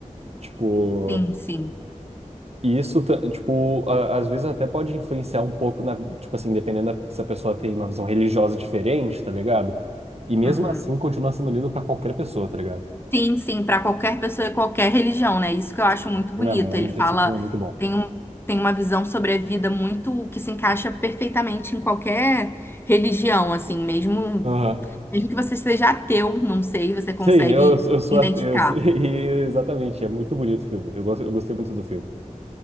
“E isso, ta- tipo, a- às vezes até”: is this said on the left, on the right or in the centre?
Right